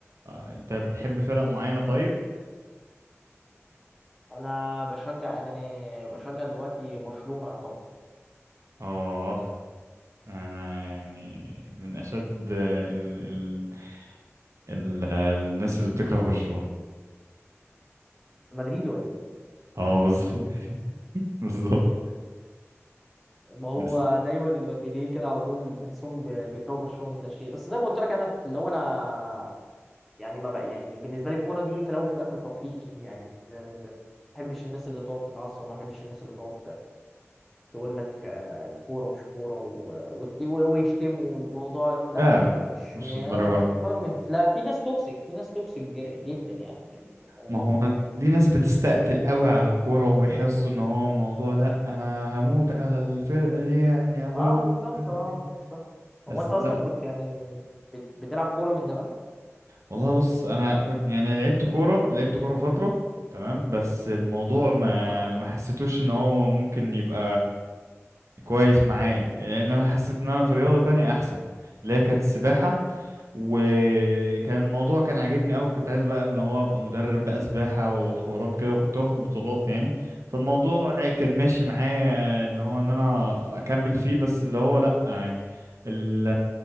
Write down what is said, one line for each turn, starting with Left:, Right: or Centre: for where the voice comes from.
Right: انت بتحب فرق معينة طيب
Centre: انا بشجع يعني انا بشجع دلوقتي برشلونه يا طب
Right: اه انا يعني من اشد ال... ال... ال... الناس اللي بتكره برشلونة
Centre: مدريدي ولا ايه
Right: اه بالظبط <laughs> بالظبط
Centre: ما هو
Right: بس
Centre: دايما المدريديين كده على طول تحسهم ب- بيكرهوا برشلونه من لا شيء بس زي ما قلت لك انا اللي هو انا يعني ما بقى يعني بالنسبه لي الكوره دي في الاول في الاخر ترفيه يعني زي ما قلت لك. ما بحبش الناس اللي تقعد تتعصب ما بحبش الناس اللي تقعد تقول لك آه، كوره مش كوره و- وت- و- ويشتموا الموضوع لا
Right: لا
Centre: يعني
Right: لا
Centre: مش
Right: مش الدرجات
Centre: انفايرمنت لا في ناس توكسيك في ناس توكسيك ج- جدا يعني في الموضوع
Right: ما هو
Centre: ده
Right: دي ناس بتستقتل قوي على الكورة وبيحسوا ان هو موضوع لا انا هموت على الفرقة دي يعني ابويا
Centre: اه بالظبط
Right: الفرقة
Centre: اه
Right: دي
Centre: بالظبط هو
Right: بس
Centre: انت اصلا
Right: لا
Centre: كنت يعني بت- بتلعب كوره من زمان
Right: والله بص انا كنت يعني لعبت كوره لعبت كوره فتره تمام بس الموضوع ما
Centre: اه
Right: ما حسيتوش ان هو ممكن يبقى كويس معايا لان انا حسيت ان انا في رياضه تانية احسن اللي هي كانت السباحه وكان الموضوع كان عاجبني قوي كنت عايز بقى اللي هو ابقى مدرب بقى سباحة وحوارات كده وكنت واخد بطولات يعني فالموضوع كان ماشي معايا ان هو ان انا اكمل فيه بس اللي هو لا يعني ال